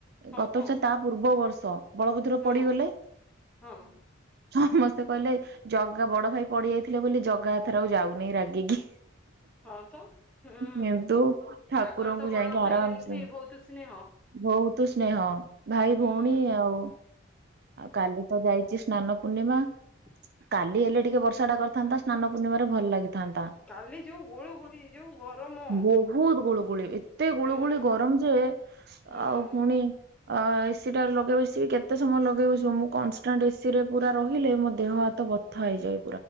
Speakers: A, in the centre; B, on the right.
A: ହଁ
B: ଗତବର୍ଷ
A: ହଁ
B: ତା ପୂର୍ବ ବର୍ଷ ବଳଭଦର
A: ହଁ
B: ପଡିଗଲେ।
A: ହଁ
B: ସମସ୍ତେ କହିଲେ ଜଗା ବଡ ଭାଇ ପଡି ଯାଇଥିଲେ ବୋଲି ଜଗା ଏଥର ଆଉ ଯାଉନେଇ ରାଗିକି।
A: ହଁ ତ ହୁଁ
B: କିନ୍ତୁ ଠାକୁରଙ୍କୁ
A: ତାଙ୍କର ତ ବଡ
B: ଯାଇକି
A: ଭାଇ
B: ଆରାମ୍ସେ
A: ଠେଇଁ ବହୁତ ସ୍ନେହ
B: ବହୁତ ତୁ ସ୍ନେହ ଭାଇ
A: ହୁଁ
B: ଭଉଣୀ ଆଉ କାଲି ତ ଯାଇଛି ସ୍ନାନ ପୂର୍ଣ୍ଣିମା।
A: ହ।
B: କାଲି ହେଲେ ଟିକେ ବର୍ଷା ଟା କରିଥାନ୍ତା। ସ୍ନାନ ପୂର୍ଣିମାରେ ଭଲ ଲାଗି ଥାନ୍ତା
A: କାଲି ଯୋଉ ଗୋଳୁ ଗୋଳି ଯୋଉ ଗରମ
B: ବହୁତ୍ ଗୁଳୁ ଗୁଳି ଏତେ ଗୁଳୁ
A: ହୁଁ
B: ଗୁଳି ଗରମ ଯେ
A: ହୁଁ
B: ଆଉ ପୁଣି ଅ ଏସି ଟା ଲଗେଇ ବସିିବ କେତେ ସମୟ ଲଗେଇ ବସିବ। ମୁଁ କନଷ୍ଟାଣ୍ଟ ଏସି ରେ ପୁରା ରହିଲେ ମୋ ଦେହ ହାତ ବଥା ହେଇଯାଇ